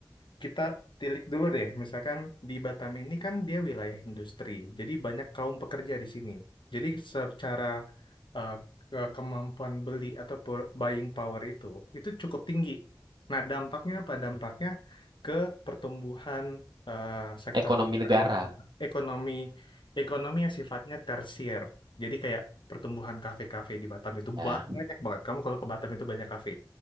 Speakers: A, on the left (about 75°); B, on the right (about 65°).
A: kita tilik dulu deh, misalkan di Batam ini kan dia wilayah industri, jadi banyak kaum pekerja di sini. Jadi secara eh, ke- kemampuan beli atau po- buying power itu, itu cukup tinggi. Nah, dampaknya apa? Dampaknya ke pertumbuhan eh, sektor
B: Ekonomi
A: pariwisata,
B: negara.
A: ekonomi, ekonomi yang sifatnya tersier. Jadi kayak pertumbuhan kafe-kafe di Batam itu
B: Ya.
A: banyak banget. Kamu kalau ke Batam itu banyak kafe.